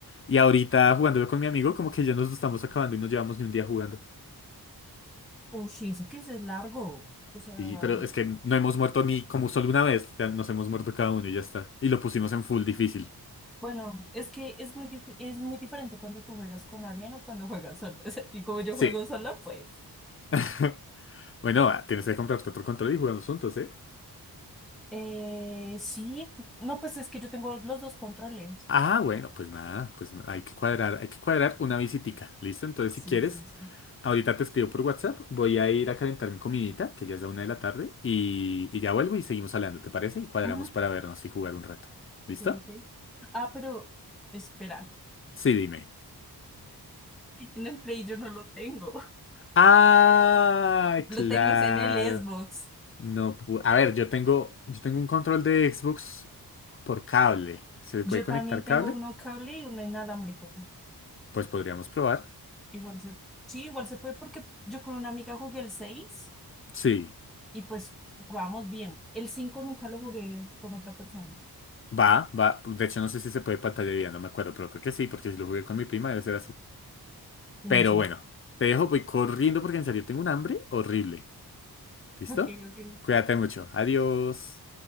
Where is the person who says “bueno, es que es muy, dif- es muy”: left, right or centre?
Centre